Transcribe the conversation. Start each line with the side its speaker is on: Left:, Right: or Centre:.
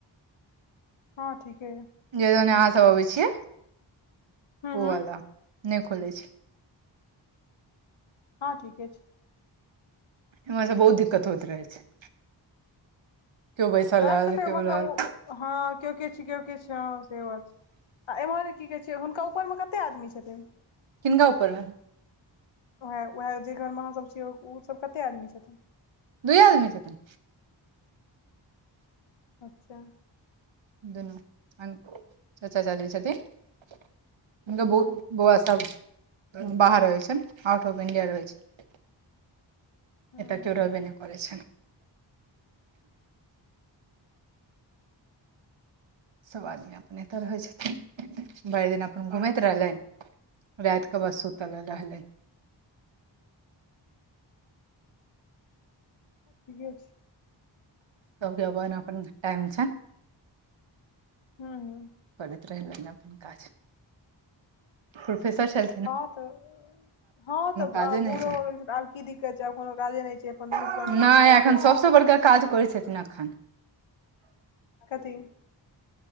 Left: हँ ठीके
Right: जे दने अहाँ सब अबै छियै
Left: हूँ
Right: ओ
Left: हूँ
Right: वलू नइ खोले छियै
Left: हँ ठीके छय
Right: बहुत दिक्कत होइत रहे छय बैसल
Left: रात
Right: रहल
Left: कऽ तऽ
Right: केओ
Left: मतलब
Right: रहल
Left: हँ केओ किछ किओ किछ हं से बात छै आ एम्हर की कहै छै हुनका ऊपरमे कते आदमी छथिन
Right: किनका ऊपर मे
Left: ओएह उएह जेहि घरमे अहाँसभ छियै ओसभ कतेक आदमी छथिन
Right: दुए आदमी छथिन
Left: अचछा
Right: दुनू चचा चची छथि हुनका बहुत
Left: हूँ
Right: बौआ सब बाहर रहै छन आउट ऑफ इन्डिया रहै छै
Left: हूँ
Right: बेटा
Left: हूँ
Right: केओ रहबे नहि करय छै सभ आदमी अपनेतर होै छथिन भरि दिन अपन घूमैत रहलै रात क बस सुतल रसलै
Left: ठीके छै
Right: तब अब एना अपन टाइम छै
Left: हू
Right: करैत रहलनि अपन काज प्रोफेसर छल
Left: हँ त हँ त
Right: काजे
Left: आब
Right: नहि
Left: बूढ़ो हो गेल छै त आब की दिक्कत छै आब कोनो काजे नहि छै अपन दुनू
Right: छनि
Left: प्राणी
Right: नहि
Left: घुमनाइ
Right: एखन
Left: फिरनाइ
Right: सभसँ बड़का काज कर छथि एखैन
Left: कथि